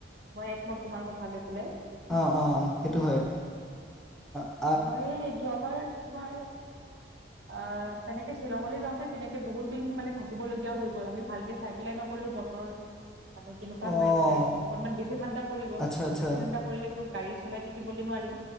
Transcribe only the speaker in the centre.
অঁ অঁ সেইটো হয়ঁ অ।
অঁ
আচ্ছা আচ্ছা